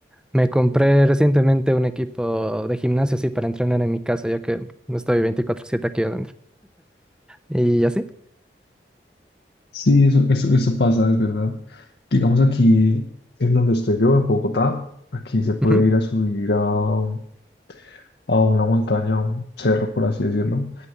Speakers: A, in the centre; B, on the left.
A: Me compré recientemente un equipo de gimnasio así para entrenar en mi casa, ya que estoy veinticuatro siete aquí adentro. Y así.
B: Sí, eso, eso, eso pasa, es verdad. Digamos aquí, en donde estoy yo, en Bogotá, aquí se puede
A: Ujú.
B: ir a subir a, a una montaña, a un cerro, por así decirlo,